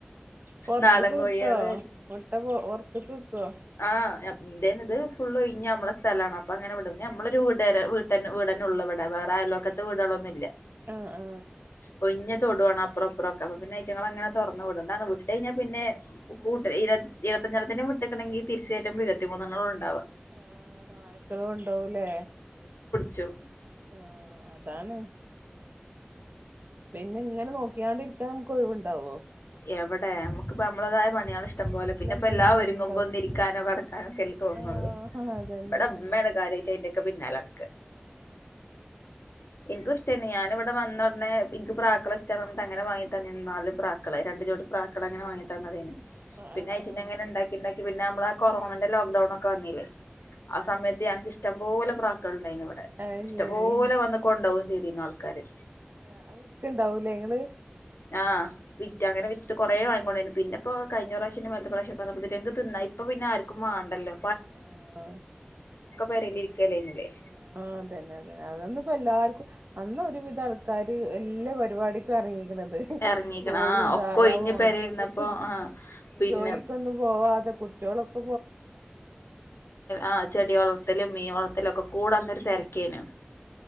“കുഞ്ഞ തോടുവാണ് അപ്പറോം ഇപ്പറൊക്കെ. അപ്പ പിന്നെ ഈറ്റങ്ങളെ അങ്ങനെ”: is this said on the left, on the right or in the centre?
Left